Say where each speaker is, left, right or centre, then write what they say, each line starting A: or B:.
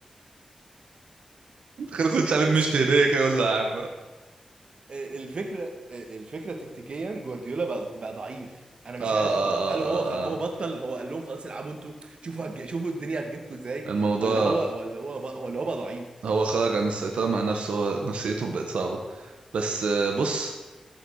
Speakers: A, on the right; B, on the right.
A: <laughs> تخيل يخش عليه
B: بس
A: مشت هدية كده يقول له يا عم اه
B: الفكره الفكره تكتيكيا جوارديولا بقى, بقى ضعيف انا مش
A: اه اه
B: عارف هو هل هو
A: اه
B: خ- هو
A: اه
B: بطل هو قال لهم خلاص العبوا انتوا شوفوا هتج... شوفوا الدنيا هتجيبكم ازاي
A: الموضوع
B: ولا هو ولا هو بقى ولا هو بقى ضعيف
A: هو خرج عن السيطرة مع نفسه هو نفسيته بقت صعبة بس آه، بص